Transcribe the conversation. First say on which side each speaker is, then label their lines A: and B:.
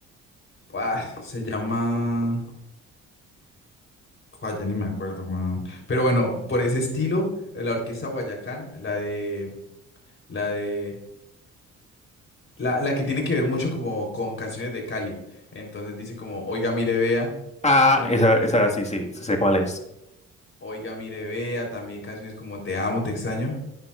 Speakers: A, on the left; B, on the left.
A: Ah, se llama. Joder, ya ni me acuerdo, weón. Pero bueno, por ese estilo, la orquesta Guayacán, la de. La de. La, la que tiene que ver mucho como con canciones de Cali. Entonces dice como, oiga, mire, vea.
B: Ah,
A: ¿Sí me entendés?
B: esa, esa sí, sí, sí sé cuál es.
A: Oiga, mire, vea, también canciones como Te amo, te extraño,